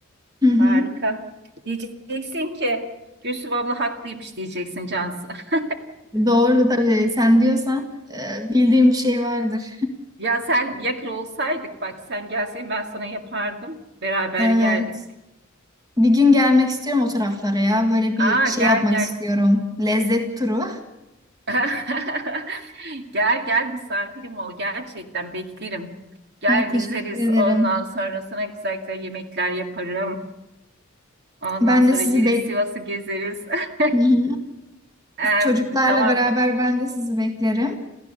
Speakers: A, on the right (about 20°); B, on the right (about 55°).
A: Hı hı.
B: Harika. Diyeceksin ki Gülsüm abla haklıymış diyeceksin Cansu. <laughs>
A: Doğru tabii. Sen diyorsan e, bildiğim bir şey vardır.
B: Ya sen yakır olsaydık bak sen gelseydin ben sana yapardım. Beraber
A: Evet.
B: yerdik.
A: Bir gün gelmek istiyorum o taraflara ya. Böyle bir
B: Aa
A: şey
B: gel
A: yapmak
B: gel
A: istiyorum. Lezzet turu.
B: <laughs> Gel gel misafirim ol gerçekten beklerim. Gel
A: Ay teşekkür
B: gezeriz
A: ederim.
B: ondan sonra sana güzel güzel yemekler yaparım. Ondan
A: Ben
B: sonra
A: de sizi
B: yeriz
A: bek
B: Sivas'ı gezeriz. <laughs>
A: Hı hı.
B: Ee,
A: Çocuklarla
B: tamam
A: beraber ben de sizi beklerim.